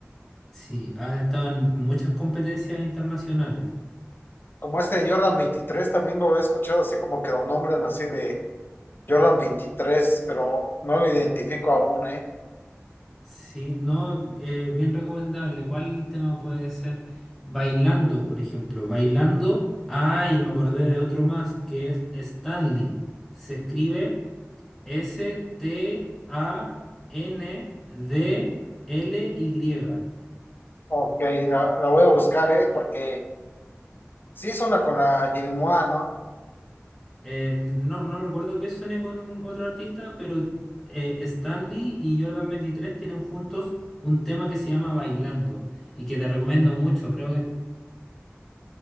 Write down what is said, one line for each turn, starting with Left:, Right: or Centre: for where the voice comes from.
Centre: Sí, ha estado en muchas competencias internacionales.
Left: Como este de Jordan veintitrés también lo he escuchado así como que lo nombran así de Jordan veintitrés pero no lo identifico aún, ¿eh?
Centre: Sí, no, eh, bien recomendable. ¿Cuál tema puede ser? Bailando, por ejemplo. Bailando. Ah, y me acordé de otro más que es Stanley. Se escribe S-T-A-N-D-L-Y.
Left: Ok, la, la voy a buscar, ¿eh? Porque sí es una con la Jerimoa, ¿no?
Centre: Eh, no, no recuerdo que suene con otro artista, pero eh, Stanley y Jordan veintitrés tienen juntos un tema que se llama Bailando y que te recomiendo mucho. Creo que